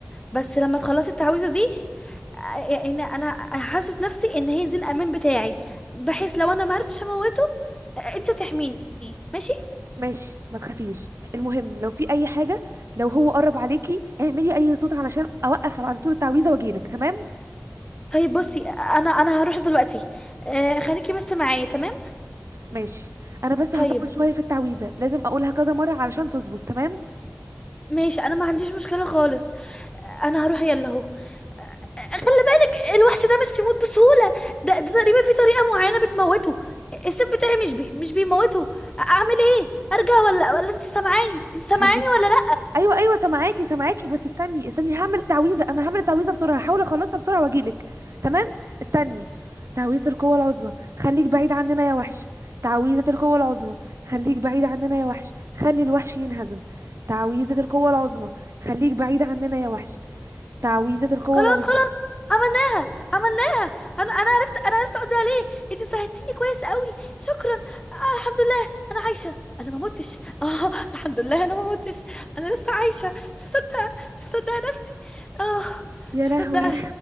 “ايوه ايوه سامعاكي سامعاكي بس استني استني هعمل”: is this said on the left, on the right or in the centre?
Right